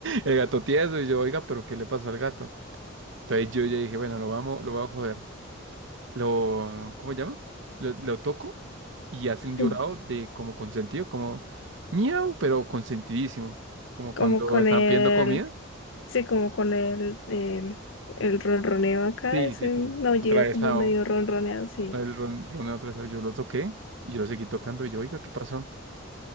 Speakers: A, on the right; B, on the left.
A: El gato tieso, y yo, oiga, pero ¿qué le pasó al gato? Entonces yo ya dije, bueno, lo vamos, lo voy a joder. Lo, ¿cómo se llama? Lo, lo toco y hace un
B: sí,
A: llorado de como consentido, como miau, pero consentidísimo. Como
B: como
A: cuando
B: con
A: están
B: el,
A: pidiendo comida.
B: sí, como con el, em, el ronroneo acá,
A: Sí,
B: ese
A: sí, sí.
B: maullido
A: Atravesado.
B: como medio ronroneado, sí.
A: El ron- roneo atravesado. Yo lo toqué y yo lo seguí tocando. Y yo, oiga, ¿qué pasó?